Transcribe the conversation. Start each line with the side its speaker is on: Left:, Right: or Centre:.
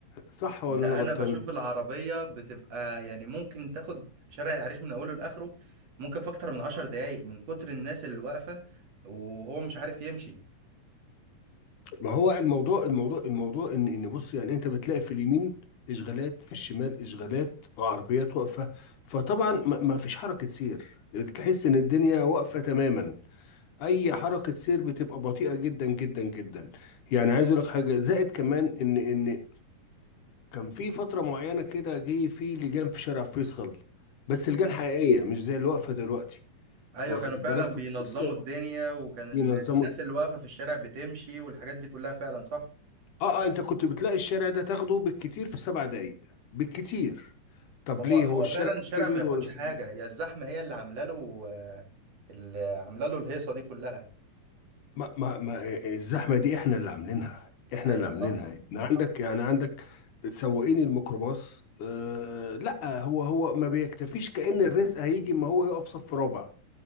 Left: صح ولا
Right: ده
Left: انا غلطان
Right: انا بشوف العربية بتبقى يعني ممكن تاخد شارع العريش من اوله لاخره ممكن في اكتر من عشر دقايق من كتر الناس اللي واقفة وهو مش عارف يمشي
Left: ما هو الموضوع الموضوع الموضوع ان ان بص يعني انت بتلاقي في اليمين اشغالات في الشمال اشغالات وعربيات واقفه فطبعا ما ما فيش حركه سير تحس ان الدنيا واقفه تماما اي حركه سير بتبقى بطيئه جدا جدا جدا يعني عايز اقول لك حاجه زائد كمان ان ان كان في فترة معينة كده جه في لجان في شارع فيصل بس لجان حقيقية مش زي اللي واقفة دلوقتي
Right: ايوه
Left: واخد
Right: كانوا فعلا
Left: بالك
Right: بينظموا
Left: لسه
Right: الدنيا وكان ال-
Left: بينظموا
Right: الناس اللي واقفة في الشارع بتمشي والحاجات دي كلها فعلا صح
Left: اه اه انت كنت بتلاقي الشارع ده تاخده بالكتير في سبع دقايق بالكتير طب
Right: هو
Left: ليه
Right: هو
Left: هو الشارع
Right: فعلا الشارع
Left: كبير
Right: ما ياخدش
Left: ولا صغير؟
Right: حاجة هي الزحمة هي اللي عاملة له آه، اللي عاملة له الهيصة دي كلها
Left: ما ما ما الزحمة دي احنا اللي عاملينها احنا
Right: ايوه
Left: اللي عاملينها
Right: صح
Left: يعني عندك
Right: صح
Left: يعني عندك سواقين الميكروباص آه لا هو هو ما بيكتفيش كأن الرزق هيجي ما هو يقف صف رابع